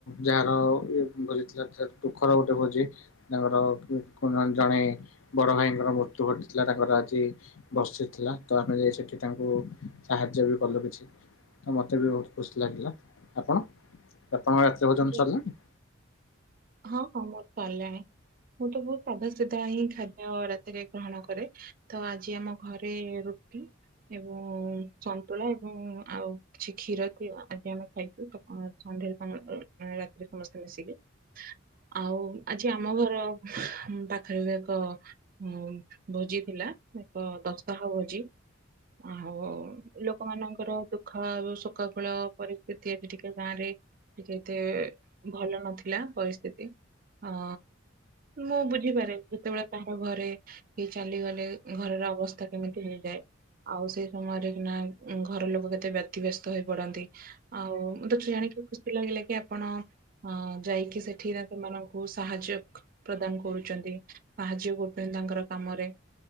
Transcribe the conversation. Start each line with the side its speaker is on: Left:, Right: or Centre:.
Left: ଯାହାର ଇ ଭୋଜିଥିଲା ଦୁଃଖର ଗୋଟେ ଭୋଜି ତାଙ୍କର ଜଣେ ବଡ ଭାଇଙ୍କର ମୃତ୍ୟୁ ଘଟିଥିଲା ତାଙ୍କର ଆଜି। ବସିଥିଲା ତ ଆମେ ଯାଇ ସେଠି ତାଙ୍କୁ ସାହାଯ୍ୟ ବି କଲୁ କିଛି। ହ ମତେ ବି ବହୁତ ଖୁସି ଲାଗିଲା ଆପଣ ଆପଣଙ୍କ ରାତ୍ରି ଭୋଜନ
Right: ଜି-
Left: ସରିଲାଣି?
Right: ହଁ ହଁ ମୋର ସରିଲାଣି ମୁଁ ତ ବହୁତ ସାଧା ସିଧା ହିଁ ଖାଦ୍ୟ ରାତିରେ ଗ୍ରହଣ କରେ। ତ ଆଜି ଆମ ଘରେ ରୁଟି ଏବଂ ସନ୍ତୁଳା ଏବଂ ଆଉ କିଛି କ୍ଷୀର ଆଜି ଆମେ ଖାଇଛୁ। ସଧ୍ୟୋରେ ରାତିରେ ସମସ୍ତେ ମିଶିକି। ଆଉ ଆଜି ଆମ ଘର ପାଖରେ ବି ଏକ ହଁ ଭୋଜି ଥିଲା ଏକ ଦଶତାହ ଭୋଜି। ଆଉ ଲୋକମାନଙ୍କର ଦୁଃଖ ସୁଖ ଫଳ ପରିସ୍ଥିତି ଆଜି ଟିକେ ଗାଁ ରେ ଟିକେ ଏତେ ଭଲ ନଥିଲା ପରିସ୍ଥିତି ଅ ମୁଁ ବୁଝିପାରେ ଯେତେବେଳେ ତାଙ୍କ ଘରେ କିଏ ଚାଲିଗଲେ ଘରର ଅବସ୍ଥା କେମିତି ହେଇଯାଏ। ଆଉ ସେଇ ସମୟରେ କି ନା ଘର ଲୋକ କେତେ ବ୍ୟତିବ୍ୟସ୍ତ ହେଇ ପଡନ୍ତି। ଆଉ ମୋତେ ଜଣିକି ଖୁସି ଲାଗିଲା କି ଆପଣ ଅ ଯାଇକି କି ସେଠିରେ ସେମାନଙ୍କୁ ସାହାଯ୍ୟ ପ୍ରଦାନ କରୁଛନ୍ତି ସାହାଯ୍ୟ କରୁଛନ୍ତି ତାଙ୍କର କାମରେ।